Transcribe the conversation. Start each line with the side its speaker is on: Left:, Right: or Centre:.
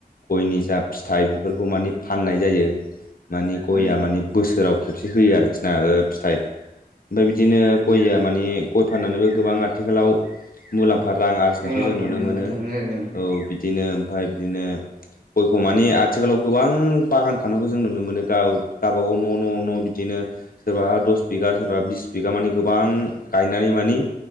Left: गयनि जा फिथाइ बेफोरखौ माने फाननाय जायो। मानि
Right: उम
Left: गया मानि बोसोराव खेबसे होयो आरोखि ना ओ फिथाइ ओमफाय बिदिनो
Right: उम
Left: गया माने गय फाननानैबो गोबां आथिखालाव मुलाम्फा रां आरजिनायखौ
Right: मुलाम्फा
Left: जों नुनो
Right: मोननो
Left: मोनो
Right: थाङो आरो
Left: औ बिदिनो ओमफाय बिदिनो गयखौ माने आथिखालाव गोबां बागान खालामनायखौ जों नुनो मोनो गाव गावबागाव न' न' न' बिदिनो सोरबा दस बिगा सोरबा बिस बिगा मानि गोबां गायनानै मानि